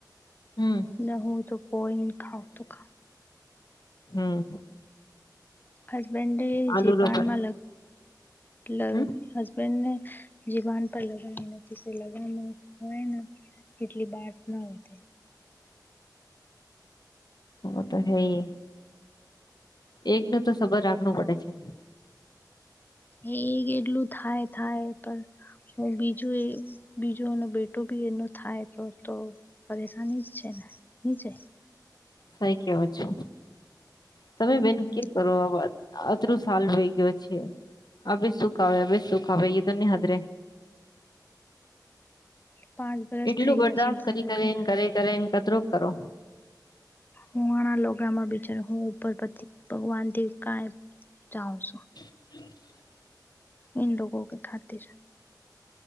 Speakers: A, on the left; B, on the left.
A: હમ
B: ન હું તો પોય ખાવ તો ખા
A: હમ્મ.
B: હસબેન્ડે
A: આલુ
B: જે
A: રો
B: પાનમાં
A: પર
B: લ લ
A: હમ
B: હશ બેન્ડ ને જીવાન પર લગનથી સી લગનું હોય ને એટલી બાટ ના હોતે.
A: હો તો હેઈ. એક નો તો સબર રાખનું પડે છે.
B: એ એક એટલું થાય થાય. પણ હું બીજું એ બીજો એનો બેટો બી એનો થાય તો તો પરેશાની જ છે ને હુંછે.
A: સાઈ કેવો છો તમે બેન
B: હમ
A: કેમ કરો આ વાત. અતરું સાલ હોઈ ગયો છે. અભી સુખ આવે અભી સુખ આવે એ તો ની હદરે.
B: પાંચ વરસ
A: એટલું
B: થઈ
A: બરદાશત
B: ગયા છે
A: કરી કરે
B: કે
A: એને કરે કરે એને કતરૂ કરો.
B: હું આણાં લોગામાં બીચાર હું ઉપર ભગવાનથી કાઈ જાઉં છું.
A: <inaudible>
B: ઈન લોગો કે ખાતીર.